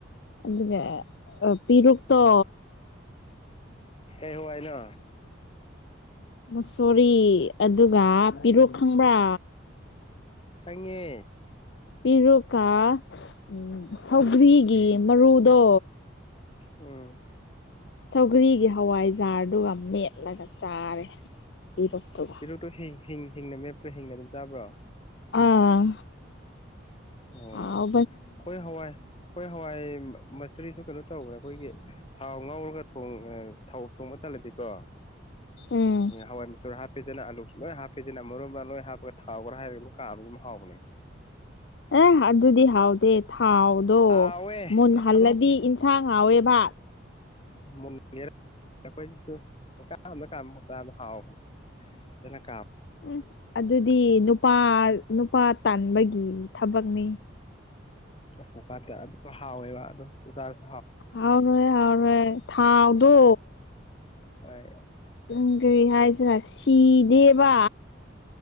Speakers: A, on the left; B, on the left.
A: ꯑꯗꯨꯒ ꯄꯦꯔꯨꯛ ꯠꯇꯣ
B: ꯑꯦ ꯍꯏꯅ
A: ꯃꯁꯣꯔꯤ ꯑꯗꯨꯒ ꯄꯤꯔꯣ ꯈꯪꯕ꯭ꯔꯥ
B: ꯈꯪꯉꯦ
A: ꯄꯤꯦꯔꯨꯀꯥ ꯎ ꯁꯧꯒ꯭ꯔꯤꯒꯤ ꯃꯔꯨꯗꯣ
B: ꯎꯝ
A: ꯁꯧꯒ꯭ꯔꯤꯒꯤ ꯍꯋꯥꯏꯖꯥꯔꯗꯨꯒ ꯃꯦꯠꯂꯒ ꯆꯥꯔꯦ ꯏꯔꯣꯛꯇꯕ
B: ꯄꯤꯔꯨꯛꯇꯣ ꯍꯤꯡ ꯍꯤꯡ ꯍꯤꯡꯅ ꯃꯦꯞꯄ꯭ꯔꯥ ꯍꯤꯡꯅ ꯑꯗꯨꯝ ꯆꯥꯕ꯭ꯔꯣ
A: ꯑꯥ
B: ꯑꯣ
A: ꯑ
B: ꯑꯩꯈꯣꯏ ꯍꯋꯥꯏ ꯑꯩꯈꯣꯏ ꯍꯋꯥꯏ ꯃꯆꯨꯔꯤꯁꯨ ꯀꯩꯅꯣ ꯇꯧꯕ꯭ꯔꯥ ꯑꯩꯈꯣꯏꯒꯤ ꯊꯥꯎ ꯉꯥꯎꯔꯒ ꯊ ꯊꯥꯎ ꯊꯣꯡꯕ ꯇꯜꯂꯗꯤꯀꯣ
A: ꯎꯝ
B: ꯍꯋꯥꯏ ꯃꯆꯨꯔ ꯍꯥꯞꯄꯦ ꯑꯗꯨꯅ ꯑꯂꯨꯁꯨ ꯂꯣꯏ ꯍꯥꯞꯄꯦꯁꯤꯅ ꯃꯔꯨꯝ ꯃꯔꯥꯡ ꯂꯣꯏ ꯍꯥꯞꯄꯒ ꯊꯥꯎꯈ꯭ꯔ ꯍꯥꯏꯔꯒ ꯂ ꯀꯥꯕꯁꯨ ꯑꯗꯨꯝ ꯍꯥꯎꯕꯅꯦ
A: ꯑꯦ ꯑꯗꯨꯗꯤ ꯍꯥꯎꯗꯦ ꯊꯥꯎꯗꯣ
B: ꯍꯥꯎꯋꯦ
A: ꯃꯨꯟ ꯍꯜꯂꯗꯤ
B: ꯑꯗꯨꯝ
A: ꯏꯟꯁꯥꯡ ꯉꯥꯎꯋꯦꯕ
B: ꯃꯨꯉ ꯑꯩꯈꯣꯏꯥ ꯀꯥ ꯃꯗ ꯍꯥꯎꯕꯅꯦ ꯑꯗꯨꯅ ꯀ
A: ꯎꯝ ꯑꯗꯨꯗꯤ ꯅꯨꯄꯥ ꯅꯨꯄꯥ ꯇꯥꯟꯕꯒꯤ ꯊꯕꯛꯅꯤ
B: ꯑꯁ ꯄꯠꯇ ꯑꯗꯨ ꯍꯥꯎꯋꯦꯕ ꯑꯗꯨꯣ ꯆ
A: ꯍꯥꯎꯅꯣꯏ ꯍꯧꯅꯣꯏ ꯊꯥꯎꯗ
B: ꯑꯦ ꯍꯣꯏ
A: ꯅꯪ ꯀꯔꯤ ꯍꯥꯏꯁꯤꯔꯥ ꯁꯤꯗꯦꯕ